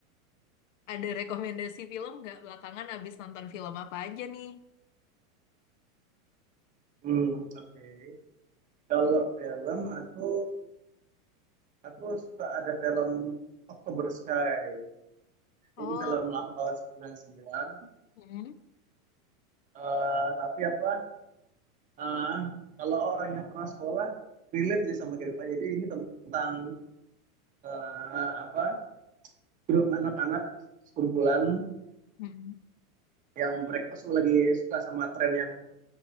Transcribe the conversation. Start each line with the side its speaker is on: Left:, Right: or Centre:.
Left: Ada rekomendasi film nggak? Belakangan habis nonton film apa aja nih?
Right: Hmm, oke. Kalau film aku aku suka ada film October Sky.
Left: Oh,
Right: Ini film lama tahun 99.
Left: hmm,
Right: Eh, tapi apa? eh, kalau orang yang pernah sekolah relate sih sama kehidupan. Jadi ini tentang eh, apa? Grup anak-anak sekumpulan
Left: hmm,
Right: yang mereka tuh semua lagi suka sama tren yang